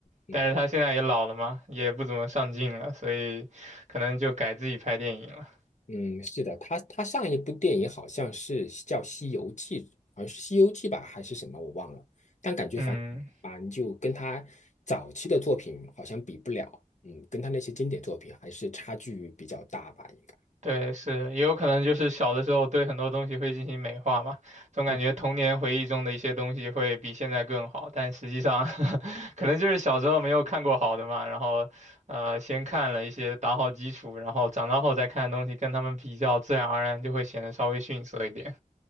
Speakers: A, on the left; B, on the right.
A: 嗯
B: 但是他现在也老了嘛，也不怎么上镜了，所以可能就改自己拍电影了。
A: 嗯，是的，他他上一部电影好像是叫《西游记》，好像是《西游记》吧，还是什么，我忘了。但感觉反反就跟他早期的作品好像比不了，
B: 嗯，
A: 嗯，跟他那些经典作品还是差距比较大吧，应该。
B: 对，是，也有可能就是小的时候对很多东西会进行美化嘛，总感觉童年回忆中的一些东西会比现在更好，
A: 嗯
B: 但实际上 <laughs> 可能就是小时候没有看过好的嘛，然后呃先看了一些打好基础，然后长大后再看的东西跟他们比较，自然而然就会显得稍微逊色一点。